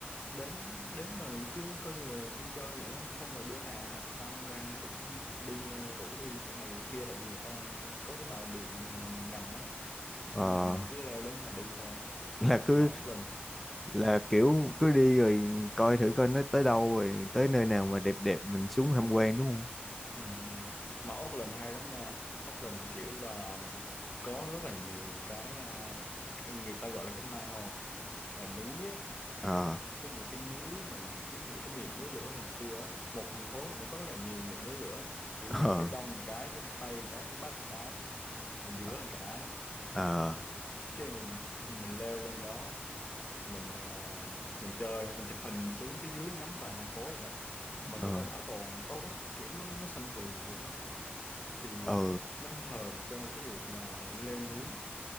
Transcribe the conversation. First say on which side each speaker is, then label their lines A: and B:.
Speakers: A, on the left (about 40°); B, in the centre.
A: đến đến mà cứ coi như là đi chơi vậy đó xong rồi bữa nào học xong ra cũng đi ờ, rủ đi chỗ này kia tại vì người ta có cái tàu điện ờ, ngầm á
B: ờ,
A: xong rồi mình cứ leo lên mà đi thôi
B: là cứ
A: mà Auckland
B: là kiểu cứ đi rồi coi thử coi nó tới đâu rồi tới nơi nào mà đẹp đẹp mình xuống tham quan đúng không?
A: ừ, mà Auckland hay lắm nha Auckland kiểu là có rất là nhiều cái à, cái người ta gọi là cái mall là núi á
B: ờ
A: có nhiều cái núi mà giống như cái miệng núi lửa hồi xưa á. một thành phố mà nó có rất là nhiều miệng núi lửa kiểu
B: ờ
A: như ở phía đông một cái phía tây một cái phía bắc một cái ở giữa
B: Ờ,
A: một cái
B: ờ
A: cái mình leo lên đó mình ờ, mình chơi mình chụp hình xuống phía dưới ngắm toàn thành phố vậy đó mà
B: ờ
A: người ta bảo tồn tốt lắm kiểu nó nó xanh rì vậy đó thì
B: ờ.
A: ờ, nó hợp cho cái việc mà leo núi